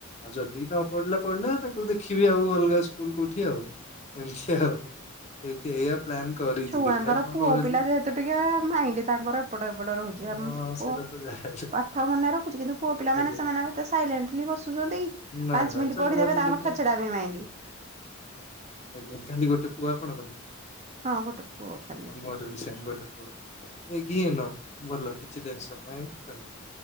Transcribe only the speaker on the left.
ଯଦି ନ ପଡିଲା ପଡିଲା ତାକୁ ଦେଖିବି ଆଉ ଅଲଗା ସ୍କୁଲ କଉଠି ଆଉ ଏମିତି ଆଉ। ଏଇଠି ଏଇଆ ପ୍ଲାନ୍ କରିଛି
ଦେଖିବା କଣ
କରୁଛି।
ହଁ
ସେଇଟା
ତ ଯାହାହେଲେ
ଆଜ୍ଞା।
ନାଇଁ
ନାଇଁ
ଚଗଲାମି
ରୁ
ଟିକେ
ଆଜ୍ଞା କାଲି ଗୋଟେ ପୁଅ ଆପଣଙ୍କର?
ମୋର ବି ସେମ୍ ଗୋଟେ ପୁ ଅ ଏକ୍ ହିଁ ଇନଅଫ୍ ଭଲ କିଛି ଟେନସନ ନାହିଁ।